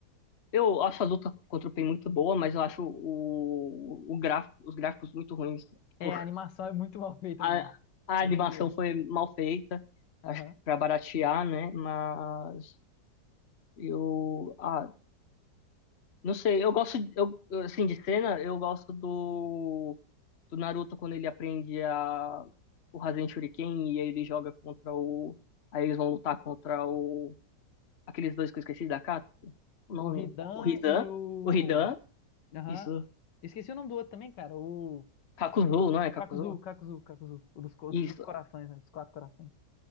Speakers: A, on the left; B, on the left.
A: Eu acho a luta contra o Pain muito boa, mas eu acho o, o gráfico, os gráficos muito ruins. Tipo,
B: É, a animação é muito <laughs> mal feita
A: A,
B: mesmo.
A: a
B: É
A: animação
B: doideira.
A: foi mal feita,
B: Aham.
A: acho que pra baratear, né? Mas eu, ah, não sei, eu gosto, eu, assim, de cena, eu gosto do, do Naruto quando ele aprende a, o Rasen Shuriken e aí ele joga contra o, aí eles vão lutar contra o, aqueles dois que eu esqueci da Katsu, o nome,
B: O Hidan
A: o Hidan,
B: e o.
A: o Hidan,
B: Aham.
A: isso.
B: Esqueci o nome do outro também, cara. O. o
A: Kakuzu,
B: dos
A: não é? Kakuzu?
B: Kakuzu, Kakuzu, Kakuzu. O dos co-
A: Isso.
B: os cinco corações, né? Os quatro corações.